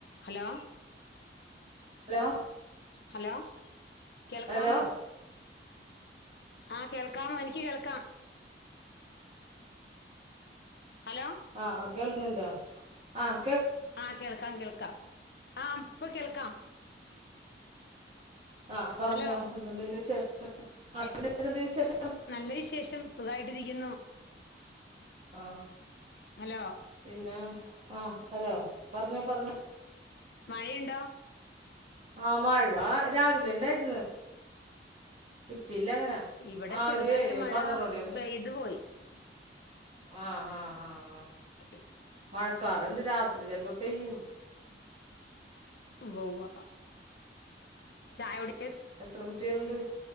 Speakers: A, on the left; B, on the right.
A: Hello?
B: ലോ.
A: Hello കേൾക്കാമോ
B: hello
A: ആഹ് കേൾക്കാമോ എനിക്ക് കേൾക്കാം ഹലോ
B: ആഹ് അഹ് കേൾക്കുന്നുണ്ടാ അഹ്
A: ആഹ് കേൾക്കാം കേൾക്കാം ആഹ് ഇപ്പ കേൾക്കാം
B: ആഹ് പർഞ്ഞോ
A: ഹലോ
B: എന്ത ഇണ്ട് ന്നെ വിശേഷം അഹ്
A: എ,
B: പിന്നെന്തുണ്ട് വിശേഷം
A: നല്ല വിശേഷം സുഖായിട്ടിരിക്കുന്നു
B: ആ
A: ഹലോ
B: പിന്നെ ആ ഹലോ പറഞ്ഞോ പറഞ്ഞോ
A: മഴയുണ്ടോ
B: ആ മഴ രാവിലെ ഇണ്ടായിരുന്നു ഇപ്പില്ല അങ്ങനെ അങ്ങനെ
A: ഇവിടെ
B: ആ
A: ചെറുതായിട്ട്
B: ഒര്
A: മഴ
B: പന്ത്രണ്ട് മണിവരെ
A: പെയ്തു പോയി
B: ആ ആ ആ
A: <unintelligible>
B: മഴക്കാറ് ഇണ്ട് രാത്രി ചെലപ്പ പെയ്യും
A: ഉവ്വ ഉവ്വ ചായ കുടി
B: എത്ര കുട്ടികളുണ്ട്